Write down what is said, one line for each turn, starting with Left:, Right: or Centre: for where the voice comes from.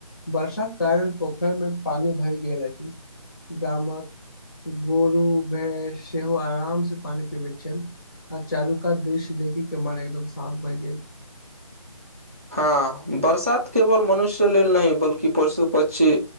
Left: वर्षााक कारण पोखर मे पान भरि गेल अछि गामक गोरू भैंस सेहो आराम से पानी पीबैत छैथ आ चारु कात दृश्य देखिक के मन एकदम शान्त भए गेल।
Right: हाँ बरसात केवल मनुष्य लेल नहि बल्कि पशु पक्षी